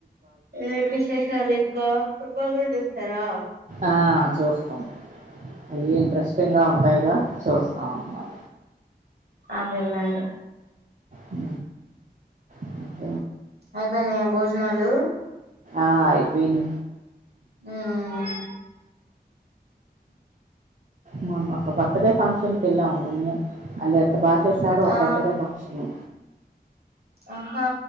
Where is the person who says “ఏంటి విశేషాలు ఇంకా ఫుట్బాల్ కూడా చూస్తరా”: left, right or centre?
Right